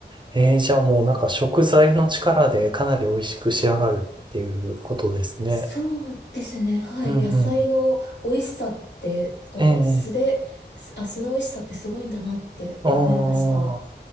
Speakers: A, on the right; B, on the left.
A: ええ、じゃあもうなんか食材の力でかなり美味しく仕上がるっていうことですね。
B: そうですね、はい。
A: うん、
B: 野菜の美味しさって、
A: うん。
B: なんか素で、
A: ええ、
B: すあ、素の美味しさってすごいんだなって思いました。
A: ああ。